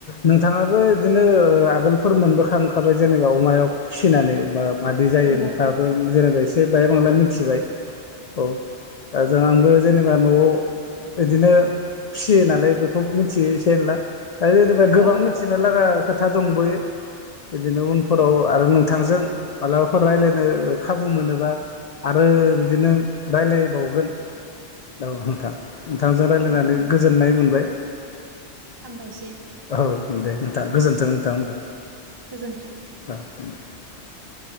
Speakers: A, on the left; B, on the right.
A: नोंथाङाबो बिदिनो ओ आगोलफोर मोनबोखां खाबाय जेनेबा अमायाव फिसिनानै बा मादि जायो
B: नंगौ
A: नोंथाङाबो जेनेबा एसे बाहाय बांला मिथिबाय औ दा जों आंबो जेनेबा नआव बिदिनो फिसियो नालाय बेखौ मिथियो एसे एनला दा जेनेबा गोबां
B: औ औ
A: मिथिनो लागा खोथा दंबयो बिदिनो उनफोराव आरो नों थांजों मालाबाफोर रायलायनो खाबु मोनोबा आरो बिदिनो रायलायबाव गोन औ नोंथां नोंथांजों रायलायनानै
B: दे दे
A: गोजोननाय मोनबाय।
B: हामबायसै
A: औ दे नोंथां गोजोनथों नोंथां होमबा।
B: गोजोन्थों
A: <inaudible>